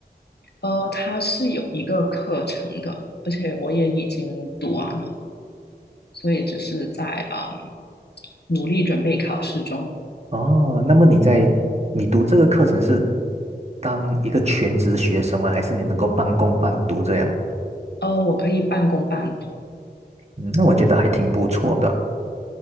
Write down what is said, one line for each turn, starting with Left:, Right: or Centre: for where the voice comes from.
Left: 呃，它是有一个课程的，而且我也已经读完了，所以只是在嗯努力准备考试中。
Right: 哦，那么你在你读这个课程是当一个全职学生吗？还是你能够半工半读这样？
Left: 呃，我可以半工半读，
Right: 嗯，那我觉得还挺不错的。